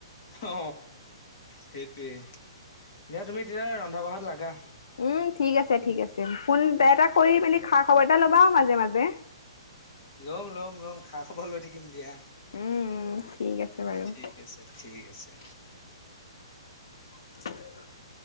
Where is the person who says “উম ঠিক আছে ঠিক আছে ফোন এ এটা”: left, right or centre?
Left